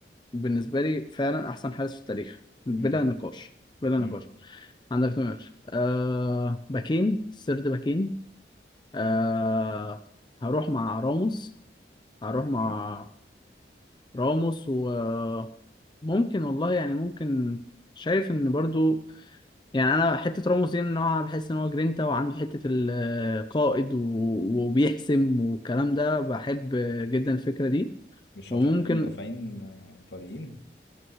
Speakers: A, on the left (about 25°); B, on the left (about 75°).
A: بالنسبة لي فعلا أحسن حارس في التاريخ بلا
B: امم
A: نقاش بلا
B: امم
A: نقاش عندك نوير آه باكين سيرد باكين آه هروح مع راموس هروح
B: ماشي
A: مع راموس وممكن والله يعني ممكن شايف ان برضو يعني انا حته راموس دي نوعا بحس ان هو جرينتا وعنده حته القائد و- وبيحسم والكلام ده بحب جدا الفكره دي
B: مش
A: وممكن
B: هتحط مدافعين آه، ايطاليين